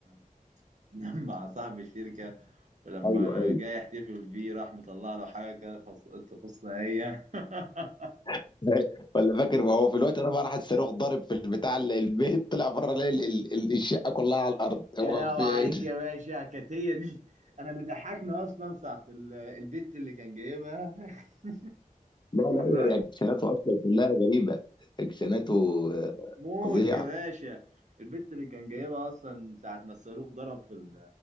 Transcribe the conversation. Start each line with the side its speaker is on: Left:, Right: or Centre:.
Right: <laughs> نام مع صاحب الشركه ولما
Left: ايوه ايوه
Right: جاي يحتفل بيه راح مطلع له حاجه كده تخص- تخصنا هي <laughs>
Left: <laughs> أيوة. ولا فاكر ما هو في الوقت ده بقى راح الصاروخ ضارب في البتاع ال- البيت طلع بره لقى ال- ال- ال- الشقه كلها على الارض هو
Right: يا لهوي
Left: في ايه
Right: عليك
Left: ده؟
Right: يا باشا كانت هي دي انا اللي ضحكنا اصلا ساعه ال- البت اللي كان جايبها <laughs>
Left: لا لا
Right: لما-
Left: هي رياكشناته اصلا كلها غريبه رياكشناته آه،
Right: موت
Left: فظيعه
Right: يا باشا البت اللي كان جايبها اصلا ساعه ما الصاروخ ضرب في ال-